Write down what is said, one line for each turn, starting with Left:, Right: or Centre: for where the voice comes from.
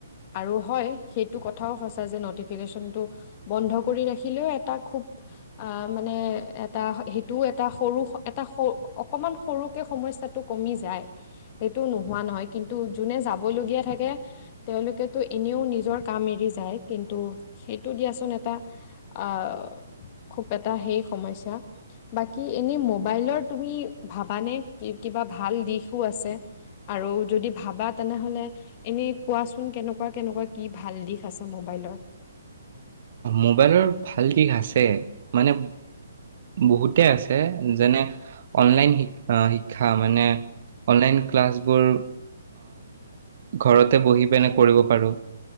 Left: আৰু হয় সেইটো কথাও সচা যে নটিফিকেশ্যনটো বন্ধ কৰি ৰাখিলেও এটা খুব অ মানে এটা সেইটোও এটা সৰু এটা অকমান সৰুকে সময় সমস্যা টো কমি যায় সেইটো নোহোৱা নহয়। কিন্তু যোনে যাবলগীয়া থাকে তেওঁলোকেতো এনেও নিজৰ কাম এৰি যায় কিন্তু সেইটো দিয়াচোন এটা আহ খুব এটা সেই সমস্যা বাকী এনে মোবাইলৰ তুমি ভাবানে কিবা ভাল দিশো আছে? আৰু যদি ভাবা তেনেহ'লে এনে কোৱাচোন কেনেকুৱা কেনেকুৱা কি ভাল দিশ আছে মোবাইলৰ? <inaudible>
Right: মোবাইলৰ ভাল দিশ আছে মানে বহুতে আছে যেনে অনলাইন শি শিক্ষা মানে অনলাইন ক্লাছবোৰ ঘৰতে বহি পিনে কৰিব পাৰোঁ।